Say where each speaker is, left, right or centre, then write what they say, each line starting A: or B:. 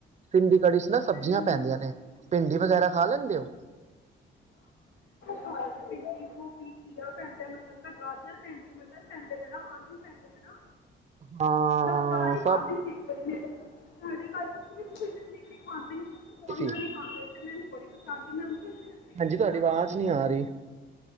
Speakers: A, on the right; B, on the left.
A: ਸਿੰਦੀ ਕੜੀ ਚ ਨਾ ਸਬਜ਼ੀਆਂ
B: ਮੈਨੂੰ
A: ਪੈਂਦੀਆਂ ਨੇ ਭਿੰਡੀ ਵਗੈਰਾ ਖਾ ਲੈਂਦੇ ਹੋ
B: ਖਾ ਲੈਂਦੀ ਭਿੰਡੀ ਗੋਭੀ ਘੀਆ ਪੈਂਦਾ ਮੈਨੂੰ ਲੱਗਦਾ ਗਾਜਰ ਪੈਂਦੀ ਮਟਰ ਪੈਂਦੇ ਨੇ ਨਾ ਆਲੂ ਪੈਂਦੇ ਨੇ ਨਾ
A: ਹਾਂ
B: ਮੈਂ ਬਜ਼ਾਰ ਹੀ
A: ਸਭ
B: ਖਾਧੀ ਸੀ ਇੱਕ ਵਾਰੀ ਮੈਂ ਸਾਡੇ ਘਰਔ ਫਰੀਜ਼ ਵਿਚ ਦੀ ਜੜੀ ਕਾਂਦੀ ਪਕੌੜੀਆਂ
A: ਸੀ
B: ਦਿਖਾਂਦੇ ਤੇ ਮੈਨੂੰ ਬੜੀ <unintelligible> ਕਿਵੇਂ
A: ਹਾਂਜੀ ਤੁਹਾਡੀ
B: ਬਣਾਵਾਂ
A: ਆਵਾਜ਼
B: ਭਿੰਡੀ
A: ਨਹੀਂ ਆ
B: ਕੜੀ
A: ਰਹੀ